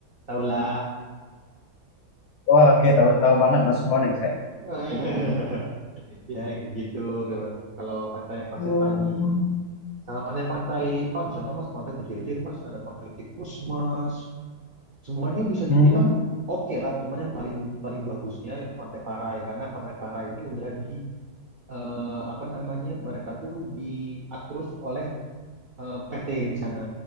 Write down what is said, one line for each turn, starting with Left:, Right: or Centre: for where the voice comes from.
Right: Tau lah.
Left: wah, oke, tahu tahu banget langsung
Right: <laughs>
Left: connect saya.
Right: Ya gitu kalau pantai yang Pasir
Left: Oh.
Right: Padi. Sama pantai-pantai, oh di sana mas pantai berjejer mas, ada pantai tikus mas, semuanya bisa
Left: Hmm.
Right: dibilang oke lah cuman yang paling paling bagusnya itu Pantai Parai karena Pantai Parai ini udah di eh, apa namanya mereka tuh diatur oleh eh, PT di sana